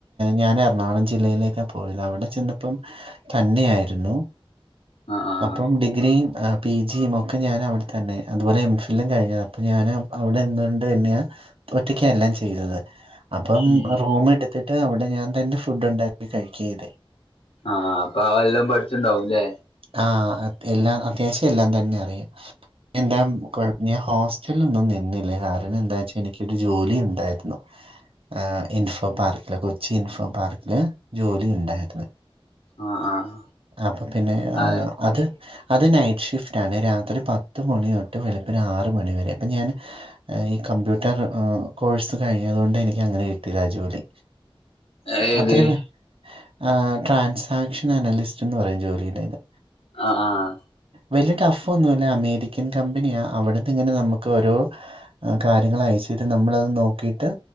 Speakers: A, on the right; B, on the left.
A: ഞാൻ എറണാകുളം ജില്ലയിലേക്കാ പോയത് അവിടെ ചെന്നപ്പം തന്നെയായിരുന്നു
B: ആഹ് ആഹ്
A: അപ്പം ഡിഗ്രീയും പി ജിയും ഒക്കെ ഞാൻ അവിടെ തന്നെയാ അതുപോലെ എം ഫില്ലും കഴിഞ്ഞത് അപ്പം ഞാൻ അവിടെ നിന്നുകൊണ്ട് തന്നെയാണ് ഒറ്റക്കാ എല്ലാം ചെയ്തത് അപ്പം
B: ഉം
A: റൂം എടുത്തിട്ട് അവിടെ ഞാൻ തന്നെ ഫുഡ് ഉണ്ടാക്കി കഴിക്കയാ ചെയ്തെ
B: ആഹ് അപ്പം എല്ലാം പഠിച്ചിണ്ടാവും ഇല്ലേ
A: ആഹ് എല്ലാം അത്യാവശ്യം എല്ലാം തന്നെ അറിയാം എന്താ കൊ ഞാൻ ഹോസ്റ്റലിലൊന്നും നിന്നില്ല കാരണം എന്താന്ന് വച്ചാ എനിക്കൊരു ജോലി ഉണ്ടായിരുന്നു ആഹ് ഇൻഫോ പാർക്കില് കൊച്ചി ഇൻഫോ പാർക്കില് ജോലി ഉണ്ടായിരുന്നു
B: ആഹ് ആഹ്
A: അപ്പൊ പിന്നെ
B: ആഹ്
A: അത് അത് നൈറ്റ് ഷിഫ്റ്റ് ആണേ രാത്രി പത്ത് മണി തൊട്ട് വെളുപ്പിന് ആറ് മണിവരെ അപ്പം ഞാൻ ഈ കമ്പ്യൂട്ടർ കോഴ്സ് കഴിഞ്ഞത് കൊണ്ട് എനിക്ക് അങ്ങനെ കിട്ടിയതാ ജോലി
B: ഏത്
A: അത്രയും ആഹ് ട്രാൻസാക്ഷൻ അനലിസ്റ്റ് എന്ന് പറയും ജോലിയുടേത്
B: ആഹ് ആഹ്
A: വലിയ ടഫ് ഒന്നുമില്ല അമേരിക്കൻ കമ്പനിയാ അവിടുന്ന് ഇങ്ങനെ നമുക്ക് ഒരു കാര്യങ്ങള് അയച്ചിട്ട് നമ്മളത് നോക്കിയിട്ട്